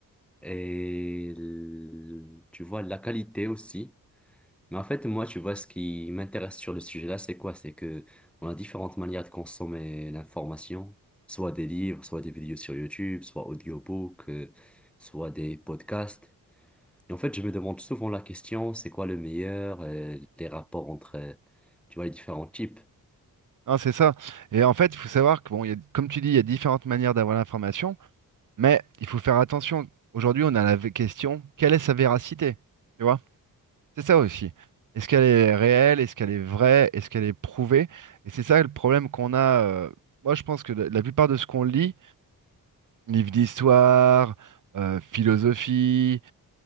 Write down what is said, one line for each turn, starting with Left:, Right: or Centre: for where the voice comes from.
Centre: et le- tu vois la qualité aussi. Mais en fait, moi, tu vois, ce qui m'intéresse sur le sujet-là, c'est quoi? C'est que on a différentes manières de consommer l'information, soit des livres, soit des vidéos sur YouTube, soit audiobooks, euh, soit des podcasts. Et en fait, je me demande souvent la question, c'est quoi le meilleur, euh, les rapports entre, euh, tu vois, les différents types.
Right: Hein, c'est ça. Et en fait, il faut savoir que, bon, il y a- comme tu dis, il y a différentes manières d'avoir l'information, mais il faut faire attention. Aujourd'hui, on a la v- question, quelle est sa véracité? Tu vois? C'est ça aussi. Est-ce qu'elle est réelle? Est-ce qu'elle est vraie? Est-ce qu'elle est prouvée? Et c'est ça le problème qu'on a. euh, Moi, je pense que la la plupart de ce qu'on lit, livres d'histoire, euh, philosophie,